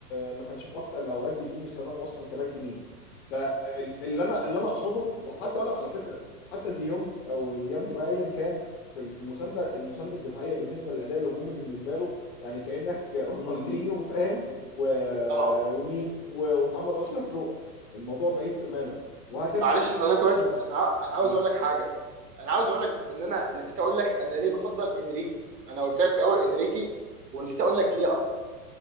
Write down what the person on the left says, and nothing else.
ما كانش في اكتر الاوقات بيتم استخدامه اصلا كباك يمين فاللي انا اللي انا اقصده وحتى اقول لك على فكره حتى ديونج او ديانج بقى ايا كان في في المسانده المسانده الدفاعيه بالنسبه للاداء الهجومي بالنسبه له يعني كانك <laughs> رونالدينيو فاهم و...
ومين و- ومحمد اشرف روقه الموضوع بعيد تماما وهكذا
حتى في
كل نص
الملعب
م-